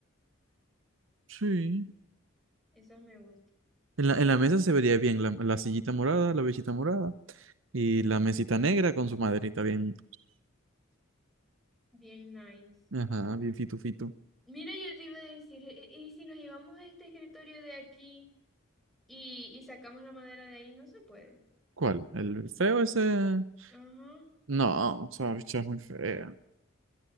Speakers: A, on the right; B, in the centre.
A: Sí.
B: esas me gustan.
A: En la, en la mesa se vería bien la, la sillita morada, la besita morada y la mesita negra con su maderita bien.
B: Bien nice.
A: Ajá, bien fitu fitu.
B: Mira, yo te iba a decir, e- e, ¿y si nos llevamos este escritorio de aquí y, y sacamos la madera de ahí? No se puede.
A: ¿Cuál? ¿El feo ese?
B: Ajá.
A: No, o sea, bicho, es muy fea